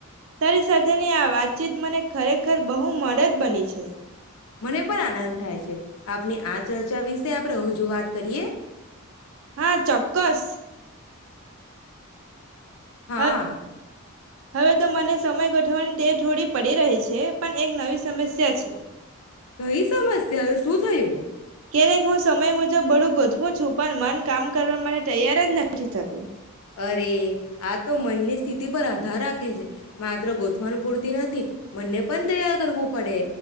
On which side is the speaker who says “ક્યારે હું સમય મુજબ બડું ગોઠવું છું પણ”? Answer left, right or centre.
Right